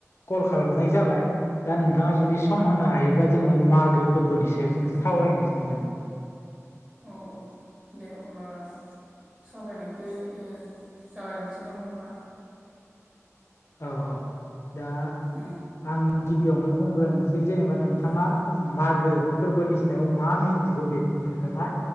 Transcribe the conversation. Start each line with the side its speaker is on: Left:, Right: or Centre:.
Left: कल खालामनाय जाबाय। दा नोंथाङा जुदि सम होनो हायोब्ला जोङो मागो फोरबोनिसो सायाव जोङो
Right: औ
Left: सावरायनोसैमोन।
Right: औ औ दे अब्ला सावरायनायखौ ओ जागायलांनोसै नामा होमबा?
Left: औ औ दा
Right: ओ
Left: आं गिबियावनो बुंग्रोनोसै जेनेबा नोंथाङा
Right: ओ
Left: मागो फोरबोनि सायाव मा मिथिगौ बेखौ नोंथाङा